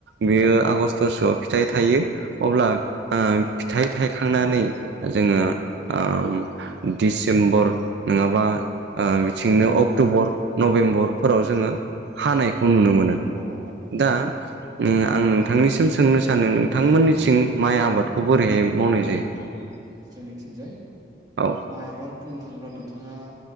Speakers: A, on the right; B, on the right.
A: बेयो आगष्टसोआव फिथाइ थायो अब्ला ओ फिथाइ थायखांनानै जोङो दिडिसेम्बर नङाबा बिथिंनो
B: नभेम्बर
A: अक्ट'बर नभेम्बरफोराव
B: नभेम्बरनिफ्राय
A: जोङो
B: जायो
A: हानायखौ नुनो मोनो
B: औ औ औ
A: दा आं नोंथांनिसिम सोंनो सानो नोंथांमोननिथिं माइ आबादखौ बोरैहाय मावनाय जायो?
B: औ जोंनिथिंजाय
A: औ
B: माइ आबाद बुंनो थाङोब्ला नोंथाङा